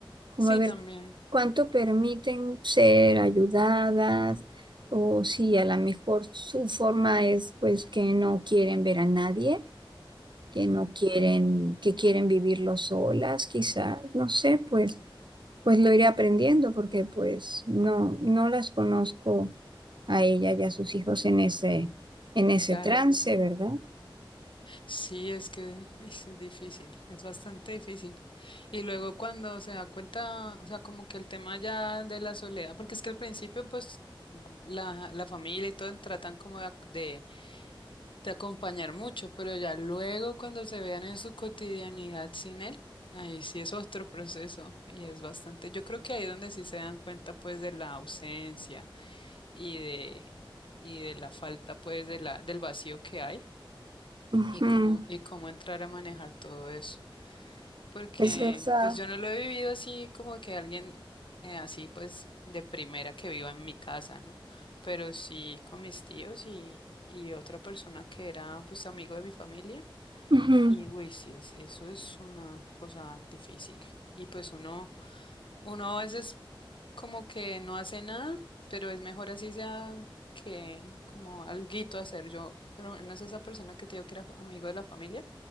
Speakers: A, on the right; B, on the left.
A: como
B: sí
A: ver
B: también.
A: cuánto permiten ser ayudadas, o si a lo mejor su forma es pues que no quieren ver a nadie, que no quieren, que quieren vivirlo solas, quizás, no sé, pues. pues lo iré aprendiendo porque pues no, no las conozco a ella y a sus hijos en ese, en ese
B: Claro,
A: trance, ¿verdad?
B: sí, es que <laughs> uy, sí, es difícil, es bastante difícil. Y luego cuando se da cuenta, o sea, como que el tema ya de la soledad, porque es que al principio, pues, la, la familia y todo tratan como de, ac- de, de acompañar mucho, pero ya luego cuando se vean en su cotidianidad sin él, ahí sí es otro proceso y es bastante, yo creo que ahí es donde sí se dan cuenta, pues, de la ausencia y de, y de la falta, pues, de la, del vacío que hay.
A: Ujú,
B: y cómo, y cómo entrar a manejar todo eso. Porque
A: Es verdad.
B: pues yo no lo he vivido así como que alguien eh, así pues de primera que viva en mi casa, ¿no? Pero sí con mis tíos y, y otra persona que era pues amigo de mi familia.
A: Ujú,
B: Y uy, sí, es- eso es una cosa difícil. Y pues uno, uno a veces como que no hace nada, pero es mejor así sea que como alguito hacer yo. Pero no es esa persona que te digo que era amigo de la familia.